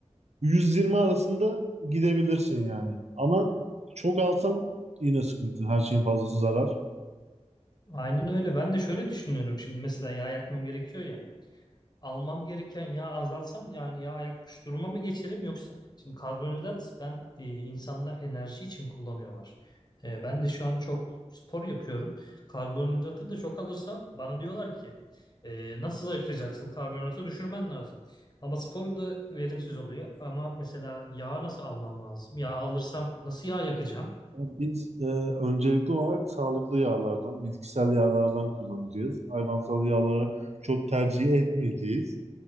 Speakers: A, on the right; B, on the left.
A: 120 arasında gidebilirsin yani. Ama çok alsan yine sıkıntı. Her şeyin fazlası zarar.
B: Aynen öyle. Ben de şöyle düşünüyorum. Şimdi mesela yağ yakmam gerekiyor ya. almam gereken yağı azaltsam yani yağ yakmış duruma mı geçerim yoksa şimdi karbonhidrat ben e, insanlar enerji için kullanıyorlar. E, ben de şu an çok spor yapıyorum. Karbonhidratı da çok alırsam bana diyorlar ki e, nasıl zayıflayacaksın? Karbonhidratı düşürmen lazım. Ama spor da verimsiz oluyor. Ama mesela yağ nasıl almam lazım? Yağ alırsam nasıl yağ yakacağım?
A: Biz e, öncelikli olarak sağlıklı yağlardan, bitkisel yağlardan kullanacağız. Hayvansal yağları çok tercih etmeyeceğiz.